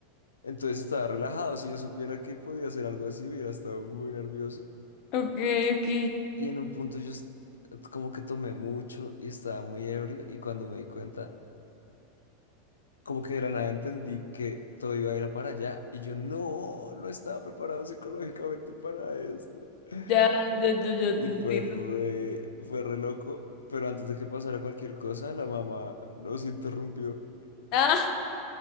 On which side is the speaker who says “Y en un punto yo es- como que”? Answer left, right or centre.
Left